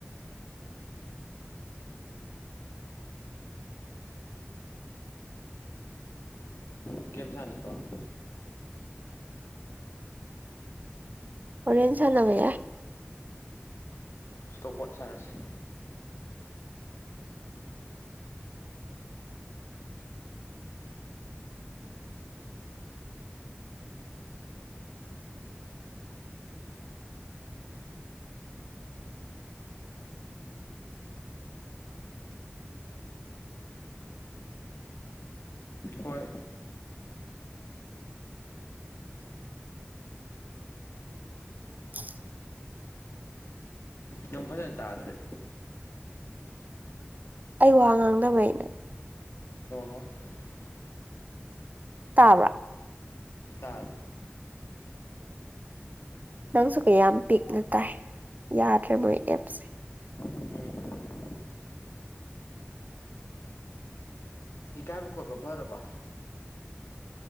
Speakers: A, on the left; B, on the right.
A: ꯎꯝ ꯀꯦꯞ ꯁꯥꯥꯅꯤꯠꯇ꯭ꯔꯣ
B: ꯑꯣꯔꯦꯟꯖꯅꯕ
A: ꯁ꯭ꯇꯣꯞꯄꯣꯠ ꯁꯥꯟꯅꯁꯤ ꯍꯣꯏ
B: ꯎ
A: ꯌꯥꯝ ꯐꯖꯅ ꯇꯥꯗ꯭ꯔꯦ
B: ꯑꯩ ꯋꯥ ꯉꯥꯡꯗꯕꯩ
A: <unintelligible>
B: ꯇꯥꯕ꯭ꯔ
A: ꯇꯔ
B: ꯅꯪꯁꯨ ꯀꯌꯥꯝ ꯄꯤꯛꯅ ꯇꯥꯏ ꯌꯥꯗ꯭ꯔꯦ ꯃꯣꯏ ꯑꯦꯞꯁꯦ
A: ꯎꯝ ꯎꯝ ꯏ ꯀꯥꯏꯕ ꯈꯣꯠꯔꯕꯕꯔꯔꯕ